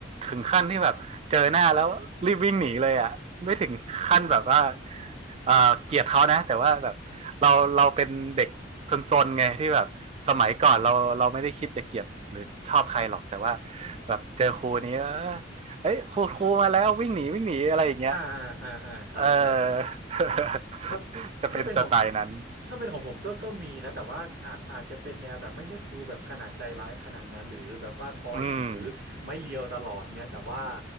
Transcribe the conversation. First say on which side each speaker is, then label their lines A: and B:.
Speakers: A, on the right; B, on the right.
A: ถึงขั้นที่แบบเจอหน้าแล้วรีบวิ่งหนีเลยอ่ะไม่ถึงขั้นแบบว่าเออเกลียดเขานะแต่ว่าแบบเราเราเป็นเด็กซนๆไงที่แบบสมัยก่อนเราเราไม่ได้คิดจะเกลียดหรือชอบใครหรอกแต่ว่าแบบเจอครูนี้เออเอ้ยครูครูมาแล้ววิ่งหนีวิ่งหนีอะไรอย่างเงี้ย
B: อ่าอ่าอ่าอ่าครับครับ
A: เออ <laughs>
B: ครับถ้าเป็นของ
A: จะเป็นสไตล์นั้น
B: ถ้าเป็นของผมก็ก็มีนะแต่ว่าอาจอาจจะเป็นแนวแบบไม่ใช่ครูแบบขนาดใจร้ายขนาดนั้นหรือแบบว่าคอยถือ
A: อืม
B: ไม้เรียวตลอดเงี้ยแต่ว่า